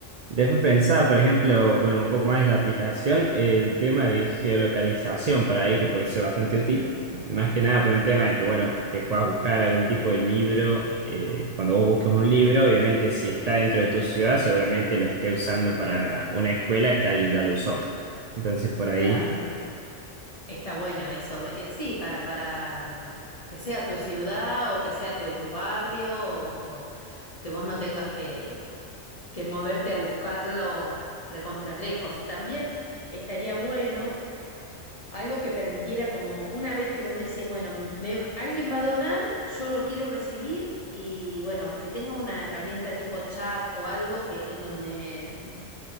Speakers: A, on the right (about 85°); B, on the left (about 30°).
A: Después
B: ¿sí?
A: pensaba, por ejemplo, bueno, un poco más en la aplicación, el tema de geolocalización para ahí, que puede ser bastante útil. Más que nada por el tema de que, bueno, que puedas buscar algún tipo de libro. eh, cuando vos busques un libro, obviamente si está dentro de tu ciudad, seguramente lo esté usando para una escuela que alguien ya lo usó. Entonces, por ahí
B: Claro. Está bueno eso. eh, Sí, para, para mm, que sea tu ciudad o que sea de tu barrio o, o que vos no tengas que, que moverte a buscarlo recontra lejos. También estaría bueno algo que permitiera como una vez que vos decís, bueno, me- alguien va a donar, yo lo quiero recibir y bueno, que tenga una herramienta tipo chat o algo que en donde... mm,